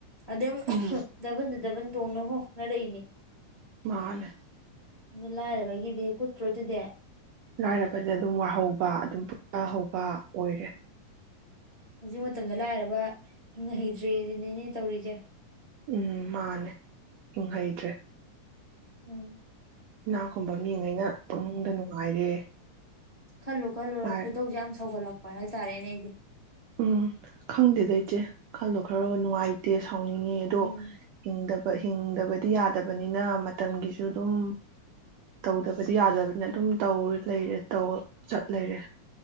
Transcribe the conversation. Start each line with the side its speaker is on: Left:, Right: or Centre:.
Left: ꯑꯗ
Right: ꯎꯝ
Left: ꯗꯕꯟ ꯗꯕꯟ ꯗꯅꯣ ꯍꯅ ꯂꯩꯩꯅꯤ
Right: ꯃꯥꯅꯦ
Left: ꯑꯗꯨ ꯂꯥꯏꯔꯕꯒꯤꯗꯤ ꯀꯨꯠꯇ꯭ꯔꯣ ꯑꯗꯨꯗꯤ
Right: ꯂꯥꯏꯔꯕꯗ ꯑꯗꯨꯝ ꯋꯥꯍꯧꯕ ꯑꯗꯨꯝ ꯄꯨꯊꯍꯧꯕ ꯑꯣꯏꯔꯦ
Left: ꯍꯧꯖꯤꯛ ꯃꯇꯝꯗ ꯂꯥꯏꯔꯕ ꯍꯤꯡ ꯍꯩꯗ꯭ꯔꯤꯁꯤꯅꯤꯅꯦ ꯇꯧꯔꯤꯁꯦ
Right: ꯎꯝ ꯃꯥꯅꯦ ꯍꯤꯡꯍꯩꯗ꯭ꯔꯦ
Left: ꯎꯝ
Right: ꯏꯅꯥ ꯈꯨꯨꯝꯕ ꯃꯤꯉꯩꯅ ꯄꯨꯛꯅꯨꯡꯗ ꯅꯨꯡꯉꯥꯏꯔꯦ
Left: ꯈꯜꯂꯨ ꯈꯜꯂꯨꯔ
Right: ꯂꯥꯏ
Left: ꯈꯣꯏꯗꯧꯁꯦ ꯌꯥꯝ ꯁꯧꯒꯠꯂꯛꯄ ꯄ ꯍꯦ ꯇꯥꯔꯦꯅꯦ ꯏꯗꯤ
Right: ꯎꯝ ꯈꯪꯗꯦꯗ ꯏꯆꯦ ꯈꯜꯂꯣ ꯈꯔꯒ ꯅꯨꯡꯉꯥꯏꯇꯦ ꯁꯥꯎꯅꯤꯡꯉꯤ ꯑꯗꯣ
Left: ꯎꯝ
Right: ꯏꯪꯗ ꯍꯤꯡꯗꯕꯗꯤ ꯌꯥꯗꯕꯅꯤꯅ ꯃꯇꯝꯒꯤꯁꯨ ꯑꯗꯨꯝ ꯇꯧꯗꯕꯗꯤ ꯌꯥꯗꯕꯅꯤꯅ ꯑꯗꯨꯝ ꯂꯩꯔꯦ ꯆꯠ ꯂꯩꯔꯦ